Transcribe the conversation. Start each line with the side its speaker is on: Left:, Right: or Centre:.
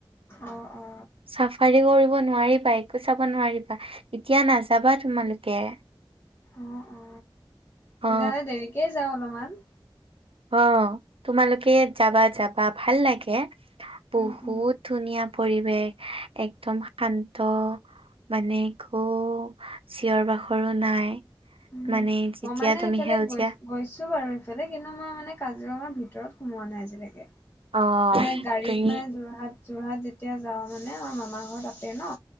Left: অ অ।
Right: চাফাৰী কৰিব নোৱাৰিবা একো চাব নোৱাৰিবা। এতিয়া নাযাবা তোমালোকে।
Left: অ অ
Right: অ
Left: তেতিয়াহ'লে দেৰিকে যাওঁ অলপমান।
Right: অ তোমালোকে যাবা যাবা ভাল লাগে।
Left: উম,
Right: বহুত
Left: উম,
Right: ধুনীয়া পৰিৱেশ একদম শান্ত। মানে একো চিঞৰ বাখৰো নাই।
Left: উম
Right: মানে যেতিয়া
Left: মই মানে
Right: তুমি
Left: এইফালে
Right: সেউজীয়া
Left: গৈছ। গৈছো বাৰু ইফালে কিন্তু মই মানে কাজিৰঙাৰ ভিতৰত সোমোৱা নাই আজিলৈকে।
Right: অ
Left: মানে গাড়ীত
Right: তুমি
Left: মানে যোৰহাট। যোৰহাট যেতিয়া যাওঁ মানে আমাৰ মামাৰ ঘৰ তা'তে ন